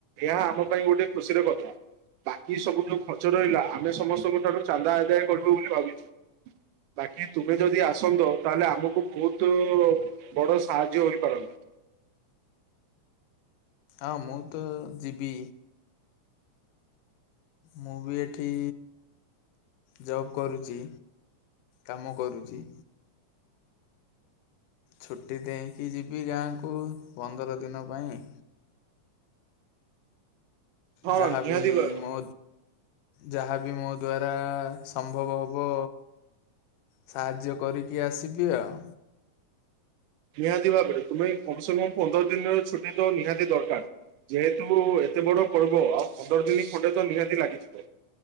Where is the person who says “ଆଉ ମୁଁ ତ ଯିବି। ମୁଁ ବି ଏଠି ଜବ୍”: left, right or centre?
Left